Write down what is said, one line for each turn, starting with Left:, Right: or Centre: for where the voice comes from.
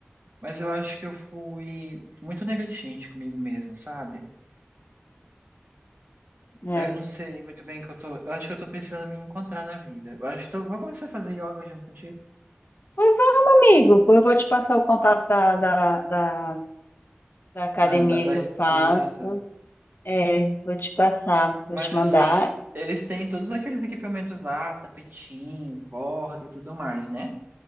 Right: Mas eu acho que eu fui muito negligente comigo mesmo, sabe?
Left: É.
Right: Eu não sei muito bem o que eu tô. Eu acho que eu tô precisando me encontrar na vida. Eu acho que eu vou começar a fazer yoga junto contigo.
Left: Mas vamos, amigo. Eu vou te passar o contato da, da, da, da academia
Right: Ah, dá, dá
Left: que
Right: es-
Left: eu faço.
Right: isso.
Left: É, vou te passar, vou
Right: Mas
Left: te mandar.
Right: assim, eles têm todos aqueles equipamentos lá, tapetinho, corda e tudo mais, né?